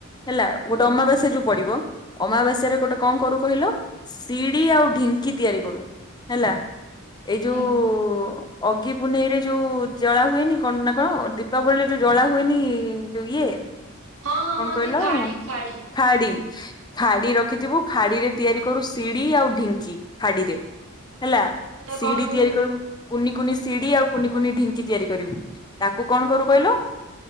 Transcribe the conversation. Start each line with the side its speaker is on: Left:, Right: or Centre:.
Left: ହେଲା ଗୋଟେ ଅମାବାସ୍ୟା ଯୋଉ ପଡିବ, ଅମାବାସ୍ୟାରେ ଗୋଟେ କଣ କରୁ କହିଲ ସିଡି ଆଉ ଢିଙ୍କି ତିଆରି କରୁ ହେଲା। ଏଇ ଯୋଉ
Right: ହଁ।
Left: ଅଗି ପୁନେଇଁରେ ଯୋଉ ଜଳା ହୁଏନି କଣ ନା କଣ ଦୀପାବଳିରେ ଯୋଉ ଜଳା ହୁଏନି-ଇ-ଇ-ଇ ଯୋଉ ଇଏ
Right: ହଁ ହଁ
Left: କଣ
Right: ହଁ
Left: କହିଲ
Right: ଯୋଉ ଖାଡି ଖାଡି
Left: ଖାଡି ଖାଡି ରଖିଥିବୁ ଖାଡିରେ ତିଆରି କରୁ ସିଢି ଆଉ ଢିଙ୍କି ଖାଡିରେ ହେଲା।
Right: ସେଟା
Left: ସିଡି
Right: କଣ ହୁଏ?
Left: ତିଆରି କରିବୁ କୁନି କୁନି ସିଡି ଆଉ କୁନି କୁନି ଢିଙ୍କି ତିଆରି କରିବୁ। ତାକୁ କଣ କରୁ କହିଲ